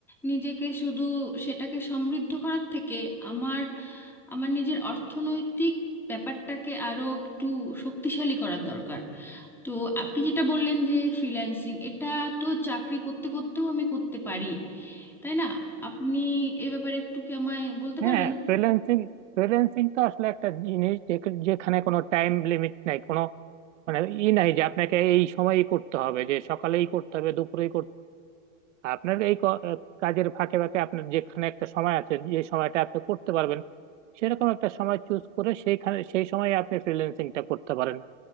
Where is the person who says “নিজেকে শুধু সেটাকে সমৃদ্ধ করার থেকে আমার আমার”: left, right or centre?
Centre